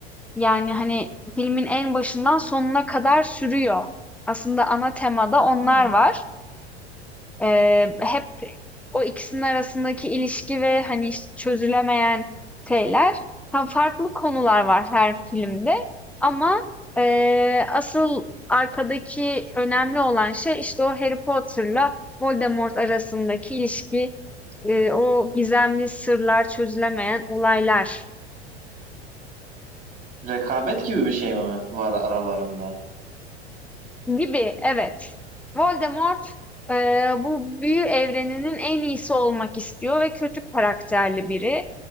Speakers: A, in the centre; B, on the right.
A: Yani, hani, filmin en başından sonuna kadar sürüyor. Aslında ana temada onlar
B: Hı.
A: var. Eee, hep o ikisinin arasındaki ilişki ve, hani, işte, çözülemeyen şeyler. Ha, farklı konular var her filmde ama, eee, asıl arkadaki önemli olan şey, işte, o Harry Potter'la Voldemort arasındaki ilişki, eee, o gizemli sırlar, çözülemeyen olaylar.
B: Rekabet gibi bir şey mi var aralarında?
A: Gibi, evet. Voldemort eee, bu büyü evreninin en iyisi olmak istiyor ve kötü karakterli biri.